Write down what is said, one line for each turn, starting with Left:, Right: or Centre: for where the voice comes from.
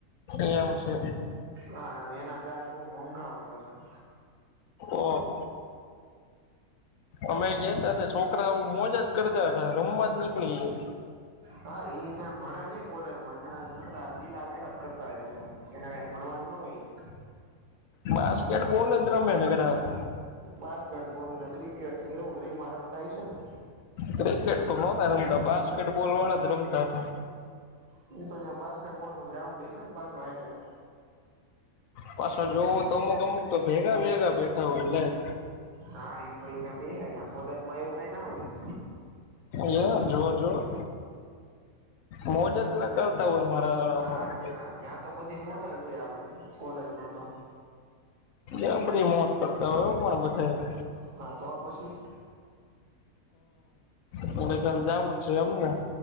Left: એમ છે
Right: હા અને એના ચાર્જ બહ મોંઘા હોય પાછા-
Left: ઓ- અમે ગયા તા હતા છોકરા આવું મોજ જ કરતા હતા રમવા જ નીકળી-
Right: હા ઈ અહીં ભણે નઈ કોલેજ માં અં નકરા લીલા લેર જ કરતા હોય બધાં- એને ભણવાનું ન હોય-
Left: બાસ્કેટબોલ જ રમ્યાનગર-
Right: બાસ્કેટ બોલ ને ક્રિકેટ ની એ ઉધરી મારક થાય છે. ને-
Left: ક્રિકેટ તો નહતા રમતા બાસ્કેટ બોલ વાળા જ રમતા હતા-
Right: હું તો ત્યાં બાસ્કેટોલું ગ્રાઉન્ડ હ છે ને પાછ હઇટલ-
Left: પાછળ જોવ હો તો અમુક અમુક તો ભેગા ભેગા બેઠા હોય એટલે-
Right: હા તો અ બે હ કોલેજમાં એવું કઈ ના હોય-
Left: અયા જોઓ જો- મોજ જ ના કરતા હોય મારાળ
Right: હા
Left: પણ-
Right: ત્યાં તો બધી મજા જોઈએ આપડે કોલેજમાં તો-
Left: એ બડી મોત કરતા હોય એવ પણ બધા-
Right: હા તો પછી-
Left: હમ ગઈ કલ જવું જ છે એમને-